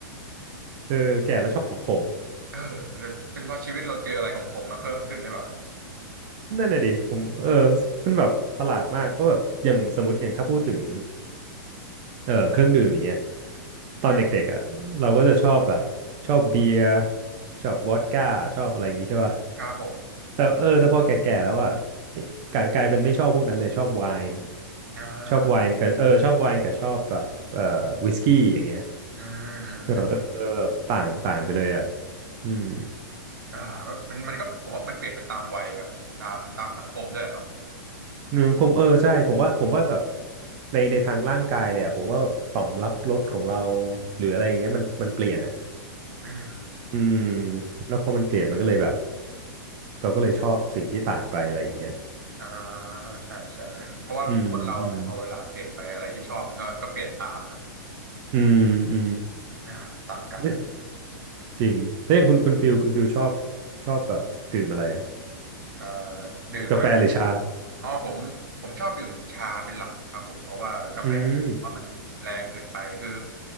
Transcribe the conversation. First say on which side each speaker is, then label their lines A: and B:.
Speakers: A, on the right; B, on the right.
A: เออแก่แล้วชอบของขม
B: เออหรือเป็นเพราะชีวิตเราเจออะไรขมๆมาเพิ่มขึ้นหรือเปล่า
A: นั่นน่ะดิผมเออมันแบบประหลาดมากก็แบบอย่างสมมติอย่างถ้าพูดถึงเออเครื่องดื่มอย่างเงี้ยตอนเด็กๆอ่ะเราก็จะชอบแบบชอบเบียร์
B: อืม
A: ชอบวอดก้าชอบอะไรอย่างงี้ใช่ป่ะ
B: ครับผม
A: แต่เออแต่พอแก่ๆแล้วอ่ะกลายกลายเป็นไม่ชอบพวกนั้นเลยชอบไวน์
B: อ่า
A: ชอบไวน์กับเออชอบไวน์กับชอบแบบเอ่อวิสกี้อย่างเงี้ย
B: อืมอืมอืม
A: เออเออเออแบบต่างต่างไปเลยอ่ะอืม
B: อ่ามันมันก็ผมว่ามันเปลี่ยนไปตามวัยกับตามตามสังคมด้วยแหละเนาะ
A: อืมผมเออใช่ผมว่าผมว่าแบบในในทางร่างกายเลยอ่ะผมว่าแบบต่อมรับรสของเราหรืออะไรอย่างเงี้ยมันมันเปลี่ยนอ่ะ
B: อืม
A: อืมแล้วพอมันเปลี่ยนมันก็เลยแบบเราก็เลยชอบสิ่งที่ต่างไปอะไรอย่างเงี้ย
B: อ่าใช่ใช่เพราะว่าคนเราเนี่ยพอเวลาเปลี่ยนไปอะไรที่ชอบมันก็ก็เปลี่ยนตามเนาะ
A: อืมอืมอืมอื
B: อ่าตามกาลเวลา
A: ม จริงแล้วอย่างคุณคุณฟิลคุณฟิลชอบชอบแบบดื่มอะไรครับ
B: เอ่อดื่มไหม
A: กาแฟหรือชา
B: อ๋อผมผมชอบดื่มชาเป็นหลักครับผมเพราะว่ากาแฟ
A: อืม
B: ว่ามันแรงเกินไปคือ